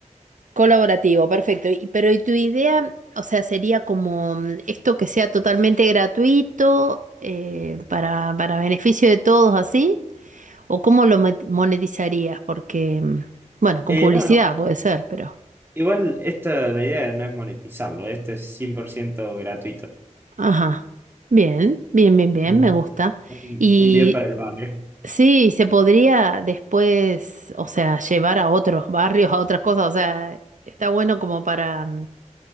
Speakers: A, on the right; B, on the right.
A: Colaborativo, perfecto. Y- pero ¿y tu idea, o sea, sería como mm, esto que sea totalmente gratuito eh, para, para beneficio de todos así? ¿O cómo lo mo- monetizarías? Porque, mm, bueno, con
B: Eh,
A: publicidad
B: no, no.
A: puede ser, pero...
B: Igual esta, la idea no es monetizarlo. esto es 100% gratuito.
A: Ajá. Bien, bien, bien, bien,
B: Es un,
A: me gusta.
B: un,
A: Y
B: un bien para el barrio.
A: sí, se podría después, o sea, llevar a otros barrios, a otras cosas, o sea, está bueno como para, mm,